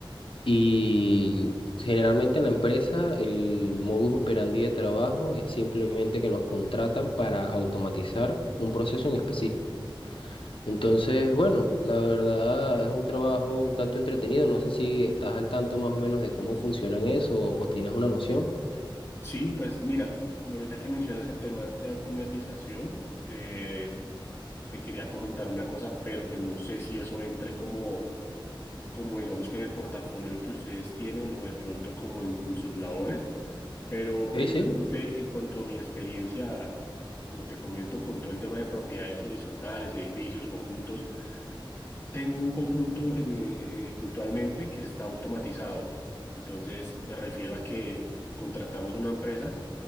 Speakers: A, on the left; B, on the left.
A: y generalmente en la empresa el modus operandi de trabajo es simplemente que nos contratan para automatizar un proceso en específico. Entonces, bueno, la verdad es un trabajo un tanto entretenido. No sé si estás al tanto más o menos de cómo funcionan eso o, o tienes una noción.
B: Sí, pues mira, ahorita que mencionas el tema de automatización, eh, te quería comentar una cosa, pero pues no sé si eso entre como, como digamos que en el portafolio que ustedes tienen o de pronto como en, en sus labores, pero precisamente
A: Sí, sí,
B: en cuanto a mi experiencia, como te comento, con todo el tema de propiedades horizontales, edificios, conjuntos, tengo un conjunto en, eh, eh, puntualmente que está automatizado. Entonces me refiero a que contratamos una empresa